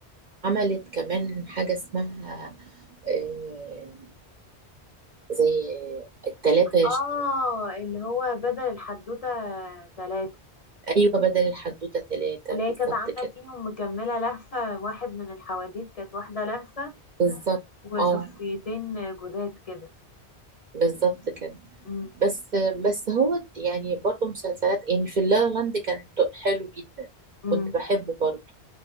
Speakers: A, on the right; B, on the left.
A: عملت كمان حاجة اسمها آه، زي التلاتة يش...
B: اه اللي هو بدل الحدوتة تلاتة
A: أيوة بدل الحدوتة تلاتة
B: اللي هي
A: بالظبط
B: كانت عاملة
A: كده
B: فيهم مكملة لهفة واحد من الحواديت كانت واحدة لهفة
A: بالظبط
B: وشخصيتين
A: اه
B: جداد كده
A: بالظبط كده
B: مم.
A: بس بس هو يعني برضه مسلسلات يعني في اللا لا لاند كان حلو جدا
B: مم.
A: كنت بحبه برضه